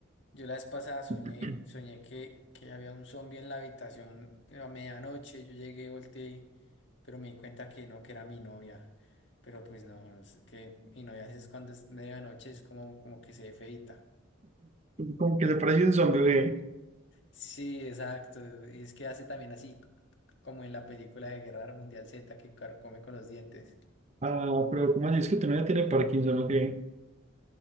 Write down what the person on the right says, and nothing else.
<laughs>
Como que se parece un zombie, ¿o qué?
Ah, pero ¿cómo así? ¿Es que tú no ya tiene Parkinson, o qué?